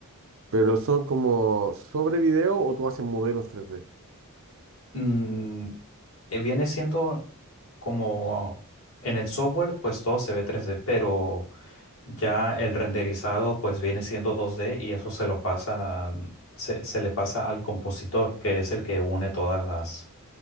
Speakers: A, on the right; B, on the left.
A: pero son como sobre video o tú haces modelos tres d
B: Mm, eh, viene siendo como en el software, pues todo se ve tres d pero ya el renderizado pues viene siendo dos d y eso se lo pasa, mm, se, se le pasa al compositor, que es el que une todas las,